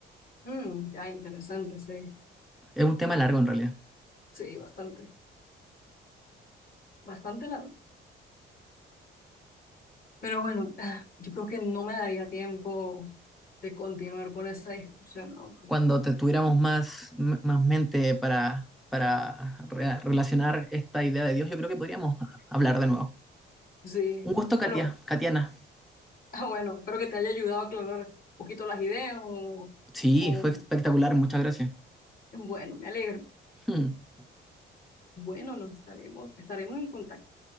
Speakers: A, on the left (about 45°); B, in the centre.
A: Mm, ya, interesante, sí,
B: Es un tema largo en realidad.
A: sí, bastante, bastante largo. Pero bueno, <sighs> ah, yo creo que no me daría tiempo de continuar con esa discusión, ¿no? Porque,
B: Cuando te tuviéramos más, m- más mente para, para re- relacionar esta idea de Dios, yo creo que podríamos hablar de nuevo.
A: sí,
B: Un gusto, Katia,
A: bueno.
B: Katiana.
A: Ah, bueno, espero que te haya ayudado a aclarar un poquito las ideas o,
B: Sí,
A: o
B: fue espectacular, muchas gracias.
A: bueno, me alegro.
B: <laughs>
A: Bueno, nos estaremos, estaremos en contacto.